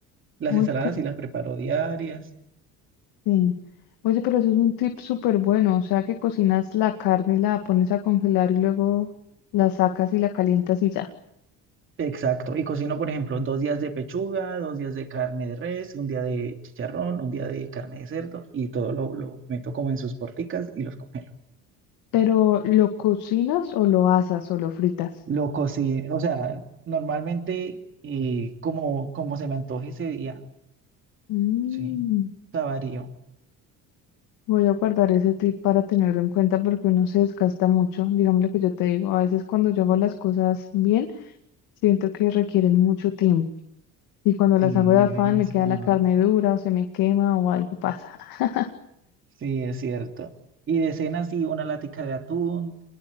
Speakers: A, on the right; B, on the left.
A: Las
B: Oye,
A: ensaladas
B: pero,
A: sí las preparo diarias.
B: sí. Oye, pero eso es un tip súper bueno. O sea, que cocinas la carne y la pones a congelar y luego la sacas y la calientas y ya.
A: Exacto, y cocino, por ejemplo, dos días de pechuga, dos días de carne de res, un día de chicharrón, un día de carne de cerdo y todo lo, lo meto como en sus porticas y los congelo.
B: Pero ¿lo cocinas o lo asas o lo fritas?
A: Lo cocino, o sea, normalmente eh, como, como se me antoje ese día,
B: Mm,
A: sí, o sea, varío,
B: Voy a guardar ese tip para tenerlo en cuenta porque uno se desgasta mucho. Digamos lo que yo te digo. A veces cuando yo hago las cosas bien, Siento que requieren mucho tiempo y cuando
A: sí,
B: las hago de afán
A: demasiado,
B: me queda la carne dura o se me quema o algo pasa. <laughs>
A: sí, es cierto. Y de cena, sí, una latica de atún,